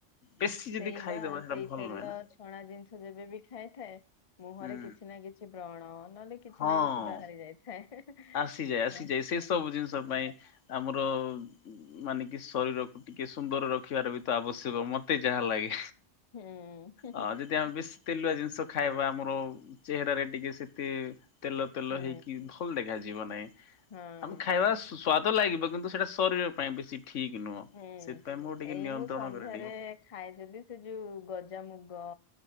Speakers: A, on the left; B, on the left.
A: ବେଶୀ ଯଦି
B: ସେଇ
A: ଖାଇଦବା
B: ବା
A: ସେଇଟା
B: ସେଇ
A: ଭଲ
B: ତେଲ
A: ନୁହେଁ ନା।
B: ଛଣା ଜିନିଷ ଯେବେବ ଖାଇଥାଏ ମୁହଁରେ
A: ହୁଁ
B: କିଛି ନା କିଛି ବ୍ରଣ ନହେଲେ କିଛି
A: ହଁ
B: ନା କିଛି ବାହାରି ଯାଇଥାଏ।
A: ଆସିଯାଏ
B: ତ
A: ଆସିଯାଏ
B: ହଁ
A: ସେ ସବୁ ଜିନିଷ ପାଇଁ ଆମର ମାନେ କି ଶରୀରକୁ ଟିକେ ସୁନ୍ଦର ରଖିବାର ବି ତ ଆବଶ୍ୟକ, ମତେ ଯାହା ଲାଗେ।
B: ହୁଁ ହୁଁ
A: ଅ ଯଦି ଆମେ ବେଶ୍ ତେଲୁଆ ଜିନିଷ ଖାଇବା ଆମର ଚେହେରାରେ ଟିକେ ସେତେ ତେଲ ତେଲ
B: ହୁଁ
A: ହେଇକି ଭଲ ଦେଖାଯିବ ନାଇଁ।
B: ହଁ
A: ଆମେ ଖାଇବା ସ୍ୱାଦ ଲାଗିବ କିନ୍ତୁ ସେଇଟା ଶରୀର ପାଇଁ ବେଶୀ ଠିକ୍ ନୁହଁ।
B: ହୁଁ।
A: ସେଥିପାଇଁ ମୁଁ ଟିକେ
B: ଏଇ
A: ନିୟନ୍ତ୍ରଣ
B: ମୁଁ ସନ୍ଧ୍ୟାରେ
A: କରେ ଟିକେ ଉଁ
B: ଖାଏ ଯଦି ସେ ଯୋଉ ଗଜାମୁଗ